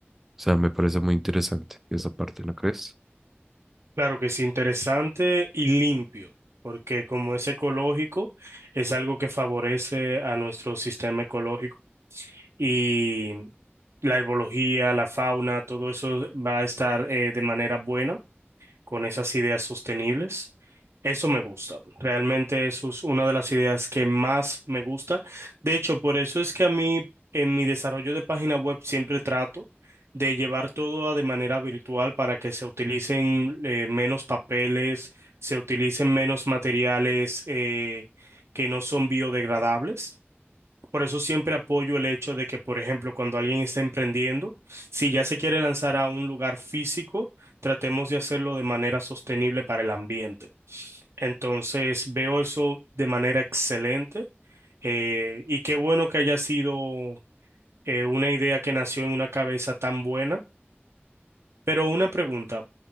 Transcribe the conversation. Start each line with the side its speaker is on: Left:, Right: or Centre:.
Centre: O sea, me parece muy interesante esa parte, ¿no crees?
Right: Claro que sí, interesante y limpio, porque como es ecológico, es algo que favorece a nuestro sistema ecológico y la herbología, la fauna, todo eso va a estar eh, de manera buena. con esas ideas sostenibles. Eso me gusta. Realmente eso es una de las ideas que más me gusta. De hecho, por eso es que a mí en mi desarrollo de página web siempre trato de llevar todo a- de manera virtual para que se utilicen eh, menos papeles, se utilicen menos materiales eh, que no son biodegradables. Por eso siempre apoyo el hecho de que, por ejemplo, cuando alguien está emprendiendo, si ya se quiere lanzar a un lugar físico, tratemos de hacerlo de manera sostenible para el ambiente. Entonces, veo eso de manera excelente eh, y qué bueno que haya sido eh, una idea que nació en una cabeza tan buena. Pero una pregunta,